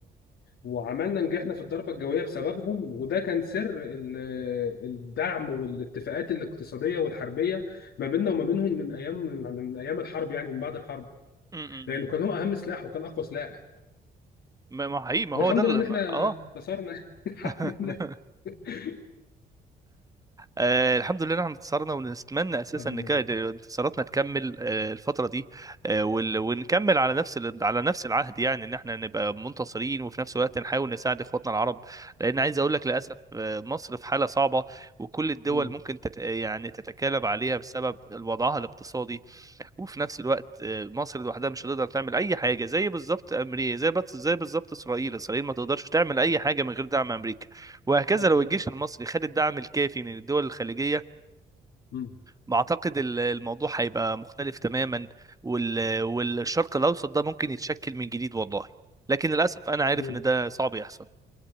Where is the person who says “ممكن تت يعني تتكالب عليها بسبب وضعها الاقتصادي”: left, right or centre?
Right